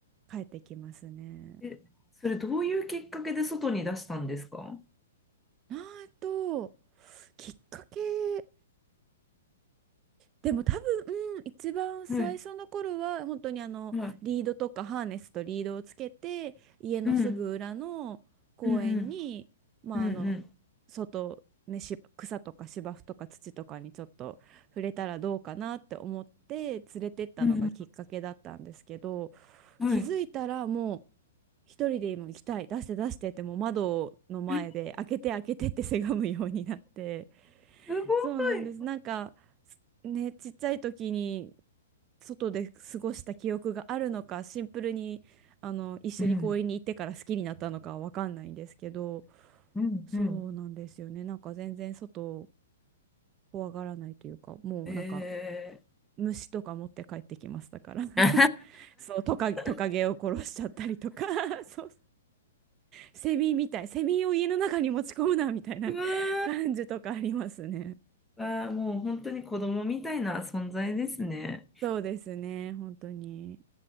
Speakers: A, on the right; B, in the centre.
A: 帰ってきますね。
B: え、それどういうきっかけで外に出したんですかは
A: あと、きっかけでも多分、うん一番最初の頃は本当にあのリードとかハーネスとリードをつけて家のすぐ裏の公園に、
B: い、はい。うん、うん、
A: まあ、
B: うん、うん、
A: あの外、ね、し草とか芝生とか土とかにちょっと触れたらどうかなって思って連れてったのがきっかけだったんですけど
B: うん、うんはい。
A: 気づいたらもう一人で今行きたい出して出してってもう窓の前で開けて開けてってせがむようになって。
B: えすご
A: そうなんです。
B: い。
A: なんか、すね、ちっちゃい時に外で過ごした記憶があるのか、シンプルにあの一緒に公園に行ってから好きになったのかはわかんないんですけど、
B: うん、うん、
A: そうなんですよね。
B: うん。
A: なんか全然外を怖がらないというか、もうなんか
B: え
A: 虫とか持って帰ってきましたから。<laughs>
B: ー。
A: そう、トカ、トカゲを殺しちゃったりとか、
B: <laughs>
A: <laughs> そう、セミみたい、セミを家の中に持ち込むなみたいな感じとかありますね。
B: うわあ、もう本当に子供みたいな存在ですね。
A: そうですね、本当に。